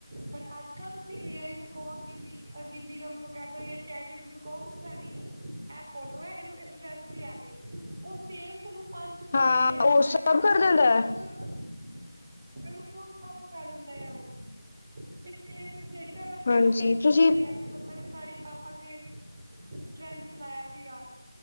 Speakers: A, on the right (about 20°); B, on the left (about 30°).
A: ਬਟ ਅੱਜ-ਕੱਲ ਤੁਸੀਂ ਏ ਆਈ ਨੂੰ ਕਹੋ ਗਿਨੀ ਗਿਮੀ ਗਮ ਨੂੰ ਕਹਿ ਦੋ ਜੇ ਚੈਟ ਜੀ ਪੀ ਟੀ ਨੂੰ ਕਹੋ ਸਾਡੀ ਐਹ ਫੋਟੋ ਐ ਇਹਨੂੰ ਇਸ ਡਰੈੱਸ 'ਚ ਲਿਆ ਦੇ ਉਹ ਸੇਮ ਤੋਨੂੰ ਪੰਜ ਮਿੰਨਟ
B: ਹਾਂ
A: ਲੇਗਾ
B: ਉਹ
A: ਸਾਰੀ
B: ਸਭ
A: ਤੁਹਾਡੀ
B: ਕਰ
A: ਪ੍ਰੋ
B: ਦਿੰਦਾ ਹੈ
A: ਪਰ ਬਿਲਕੁਲ ਸਭ ਕਰ ਦਿੰਦਾ ਆ ਉਹ ਪਿੱਛੇ ਤੁਸੀਂ ਦੇਖਿਆ ਹੋਗਾ ਸਾਰੇ
B: ਹਾਂਜੀ
A: ਟਰੈਂਡ ਬਹੁਤ
B: ਤੁਸੀਂ
A: ਚਲੇ ਆਂ ਲੋਕਾਂ ਨੇ ਸਾੜੀ ਪਾ-ਪਾ ਕੇ ਟਰੈਂਡ ਚਲਾਇਆ ਸੀਗਾ।